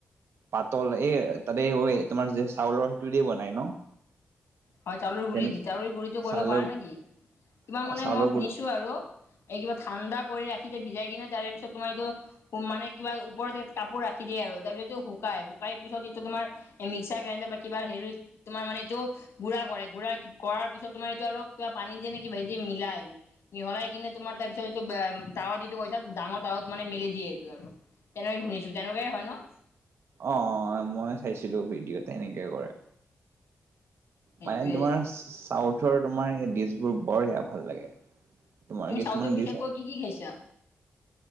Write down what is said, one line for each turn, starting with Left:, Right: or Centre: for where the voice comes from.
Right: পাতল এই তাতে ঐ তোমাৰ যে চাউলৰ সেইটো দিয়ে বনাই ন'?
Left: হয় চাউলৰ গুৰি
Right: যেনে
Left: দি, চাউলৰ গুৰিটো কৰিব
Right: চাউলৰ
Left: পাৰা নেকি, তোমাৰ
Right: অ
Left: মানে
Right: চাউলৰ
Left: মই শুনিছো
Right: গুৰি
Left: আৰু। এই কিবা ঠাণ্ডা কৰি ৰাখিছে ভিজাই কিনে তাৰে পিছত তোমাৰ এইটো উ মানে কিবা ওপৰ জেগাত কাপোৰ ৰাখি দিয়ে আৰু তাৰপিছতটো শুকাই শুকাই পিছত এইটো তোমাৰ মিক্সাৰ গ্ৰাইণ্ডাৰ বা কিবা হেৰিত তোমাৰ মানে এইটো গুড়া কৰে গুড়া কৰাৰ পিছত তোমাৰ এইটো আৰু কিবা পানী দিয়ে নে কিবাহেদি মিলাই। মিহলাই কিনে তোমাৰ তাৰপিছত এইটো বা তাৱা যিটো কৈছা ডাঙৰ তাৱাত মানে মেলি দিয়ে এইটো আৰু। তেনেকে শুনিছো, তেনেকুৱাই হয় ন?
Right: অ অ মই চাইছিলো ভিডিঅ'ত এনেকে কৰে।
Left: সেইটোয়ে
Right: মানে তোমাৰ চাউথৰ তোমাৰ এই ডিচবোৰ বৰ সেয়া ভাল লাগে। তোমাৰ
Left: তুমি
Right: কিছুমান
Left: চাউথৰ বিষেশকৈ
Right: ডিচ
Left: কি কি খাইছা?